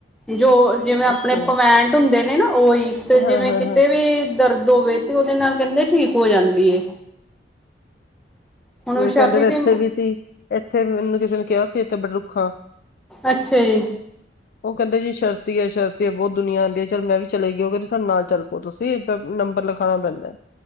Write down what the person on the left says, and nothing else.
ਅੱਛਾ
ਉਹ
ਹਾਂ ਹਾਂ
ਹਾਂ
ਕਹਿੰਦੇ ਤੇ ਇੱਥੇ
ਵੀ ਸੀ, ਇੱਥੇ ਮੈਨੂ ਕਿਸੇ ਨੇ ਕੇਆ ਸੀ ਇੱਥੇ ਬੜਰੁੱਖਾ।
ਓ ਕੈਂਦਾ ਜੀ ਸ਼ਰਤੀ ਐ, ਸ਼ਰਤੀ ਐ ਬੋਤ ਦੁਨੀਆਂ ਆਂਦੀ ਐ ਚਲ ਮੈਂ ਵੀ ਚਲੇਗੇ ਓ ਕੈਂਦੇ ਸਾਡੇ ਨਾਲ ਚਲ ਪੋ ਤੂਸੀ। ਨੰਬਰ ਲਖਾਣਾ ਪੈਂਦੈ